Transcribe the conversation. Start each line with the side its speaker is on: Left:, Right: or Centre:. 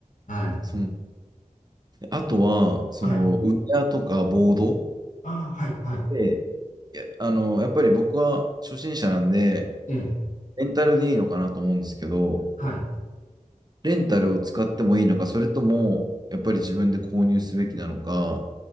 Left: はい。
Right: そうあとは、その、
Left: はい。
Right: ウェアとかボード
Left: ああ、はい、はい。
Right: で、いやあの、やっぱり僕は初心者なんで、
Left: ええ、
Right: レンタルでいいのかなと思うんですけど、
Left: はい。
Right: レンタルを使ってもいいのか、それとも、やっぱり自分で購入すべきなのか、